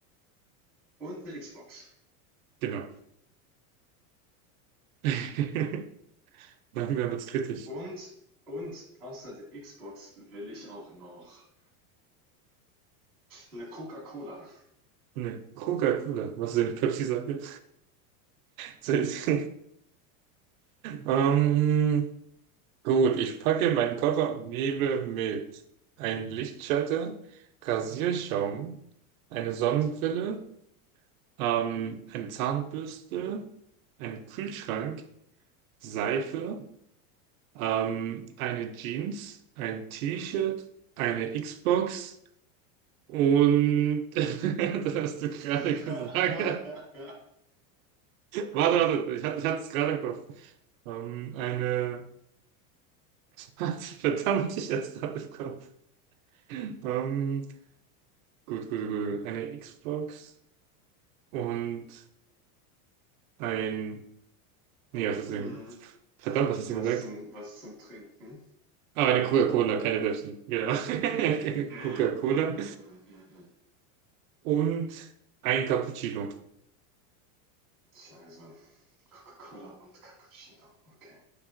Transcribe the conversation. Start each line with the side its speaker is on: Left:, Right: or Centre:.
Centre: und eine Xbox.
Right: Genau. <laughs> Langsam wird's kritisch.
Centre: Und, und außer der Xbox will ich auch noch eine Coca-Cola.
Right: Ne, Coca-Cola. Was denn? Pepsi sagt ihr? <laughs> Selbst. Ähm, gut, ich packe meinen Koffer und nehme mit ein Lichtschalter, Rasierschaum, eine Sonnenbrille, ähm, eine Zahnbürste, einen Kühlschrank, Seife, ähm, eine Jeans, ein T-Shirt,
Centre: Mm.
Right: eine Xbox und <laughs> das hast du gerade
Centre: <laughs>
Right: gesagt. Warte, warte, ich hatte, ich hatte es gerade im Kopf. Ähm, eine. <laughs> Verdammt, ich hatte es gerade im Kopf. Ähm, gut, gut, gut. Eine Xbox und ein. Nee, was hast
Centre: Mm.
Right: du denn? Verdammt, was hast
Centre: Was
Right: du gesagt?
Centre: zum, was zum Trinken?
Right: Ah, eine Coca-Cola, keine Pepsi. Genau. <laughs> Eine Coca-Cola
Centre: Mm, mm, mm, mm, mm, mm.
Right: und ein Cappuccino.
Centre: Ich also Coca-Cola und Cappuccino. Okay.